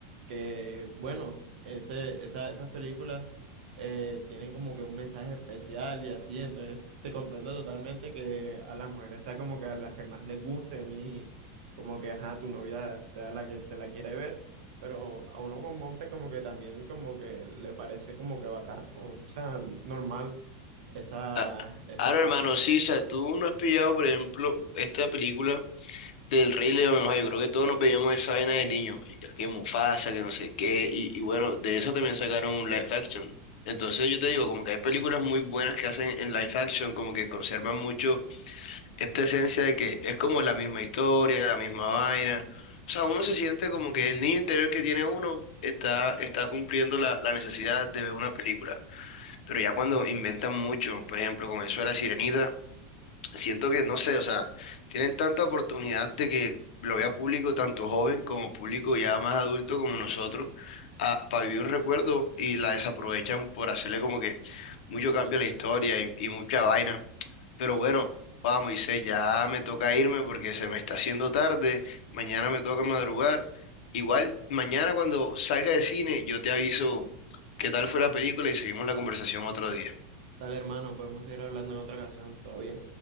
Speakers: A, on the right; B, on the left.
A: Que bueno, ese, esa- esas películas eh, tienen como que un mensaje especial y así, entonces te comprendo totalmente que a las mujeres sea como que a las que más les gusten y como que ajá, tu novia sea la que se la quiere ver. Pero a uno como hombre como que también como que le parece como que bacán, o sea, normal esa,
B: Ah,
A: esa
B: Ahora,
A: parte.
B: hermano, sí, o sea, tú no has pillado, por ejemplo, esta película. del Rey León, o sea, yo creo que todos nos veíamos esa vaina de niños, marica, que Mufasa, que no sé qué, y, y bueno, de eso también sacaron un live action. Entonces yo te digo, como que hay películas muy buenas que hacen en live action, como que conservan mucho esta esencia de que es como la misma historia, la misma vaina. O sea, uno se siente como que el niño interior que tiene uno está, está cumpliendo la, la necesidad de ver una película. Pero ya cuando inventan mucho, por ejemplo, con eso de la Sirenita siento que, no sé, o sea, tienen tanta oportunidad de que lo vea público, tanto joven como público ya más adulto como nosotros, para vivir un recuerdo y la desaprovechan por hacerle como que mucho cambio a la historia y, y mucha vaina. Pero bueno, vamos, Moisés, ya me toca irme porque se me está haciendo tarde, mañana me toca madrugar. Igual, mañana cuando salga de cine, yo te aviso qué tal fue la película y seguimos la conversación otro día.
A: Dale, hermano, podemos seguir hablando en otra ocasión. Todo bien.